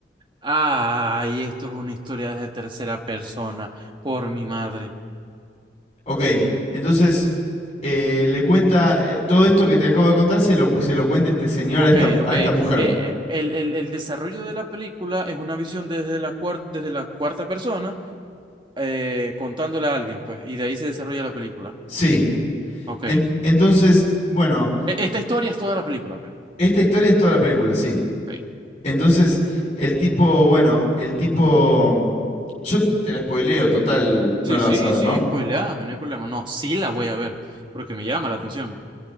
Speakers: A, on the right; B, on the left.
A: Ay, esto es una historia de tercera persona, por mi madre.
B: Ok, entonces eh, le cuenta eh, todo esto que te acabo de contar, se lo, cu- se lo cuenta este señor
A: Ok,
B: a esta,
A: ok.
B: a esta
A: Eh,
B: mujer.
A: eh, el, el, el desarrollo de la película es una visión desde la cuar desde la cuarta persona, eh, contándole a alguien, pues, y de ahí se desarrolla la película.
B: Sí,
A: Ok,
B: En- entonces, bueno,
A: E- Esta historia es toda la película, pues.
B: esta historia es toda la película, sí.
A: Ok.
B: Entonces, el tipo, bueno, el tipo, yo te la spoileo, total, no
A: Sí,
B: la
A: sí,
B: vas a ver,
A: sí,
B: ¿no?
A: spoileame, no hay problema. No, sí la voy a ver, porque me llama la atención.